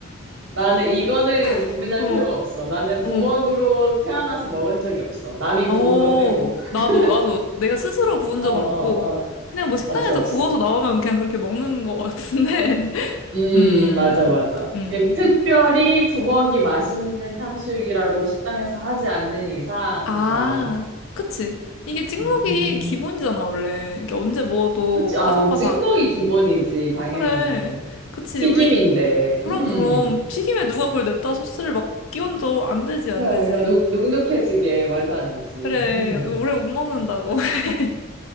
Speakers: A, on the right; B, on the left.
A: 나는 이거는 고민할
B: <laughs> 어,
A: 필요가 없어. 나는 부먹으로
B: 어,
A: 태어나서 먹은 적이 없어. 남이
B: 어.
A: 부은 거 빼고.
B: 나도,
A: <laughs>
B: 나도 내가 스스로 부은
A: 어,
B: 적은
A: 어,
B: 없고,
A: 어.
B: 그냥 뭐 식당에서
A: 없어, 없어.
B: 부어서 나오면 그냥 그렇게 먹는 거 같은데. <laughs>
A: 음,
B: 음,
A: 맞아, 맞아.
B: 음.
A: 이게 특별히 부먹이 맛있는 탕수육이라고 식당에서 하지 않는 이상
B: 아,
A: 그렇게 안 먹어.
B: 그치. 이게 찍먹이
A: 음, 음, 음.
B: 기본이잖아, 원래. 이게 언제 먹어도
A: 그치? 아,
B: 바삭바삭.
A: 찍먹이 기본이지, 당연히.
B: 그래. 그치.
A: 튀김인데.
B: 우리 그럼,
A: 음.
B: 그럼. 튀김에 누가 그걸 냅다 소스를 막 끼얹어. 안 되지,
A: 그래,
B: 안 되지.
A: 그 눅, 눅눅해지게 말도 안 되지.
B: 그래,
A: 음.
B: 이거 오래 못 먹는다고. <laughs>